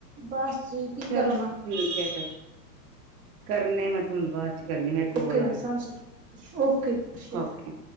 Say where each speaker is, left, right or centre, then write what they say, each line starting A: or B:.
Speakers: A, on the right; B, on the right.
A: ਬਸ ਜੀ ਕੀ
B: ਚਲੋ
A: ਕਰਨਾ
B: ਠੀਕ ਐ ਫੇਰ ਕਰਨੇ ਮੈਂ ਤੁਹਨੂੰ ਬਾਅਦ। ਚ ਕਰਨੀ ਆਂ ਮੈਂ ਕੋਲ
A: ਓਕੇ
B: ਆ
A: ਜੀ ਸਤਿ
B: ਰੀ
A: ਸ਼੍ਰੀ ਅਕਾਲ। ਓਕੇ ਜੀ ਸਤਿ ਸ਼੍ਰੀ ਅਕਾਲ।
B: ਓਕੇ।